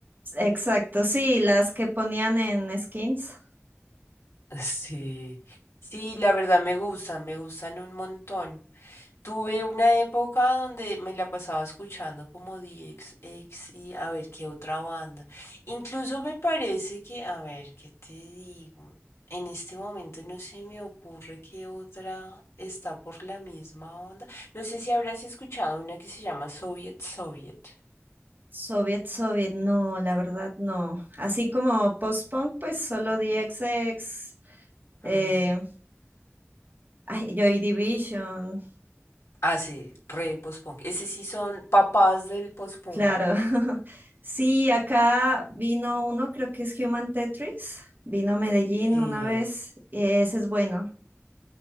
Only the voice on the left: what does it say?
<laughs> Sí. Sí, la verdad me gustan, me gustan un montón. Tuve una época donde me la pasaba escuchando como D X X y a ver qué otra banda. Incluso me parece que, a ver, ¿qué te digo? En este momento no se me ocurre qué otra está por la misma onda. No sé si habrás escuchado una que se llama Soviet Soviet.
Ujú.
Ah, sí, re post-punk. Ese sí son papás del post-punk.
Sí.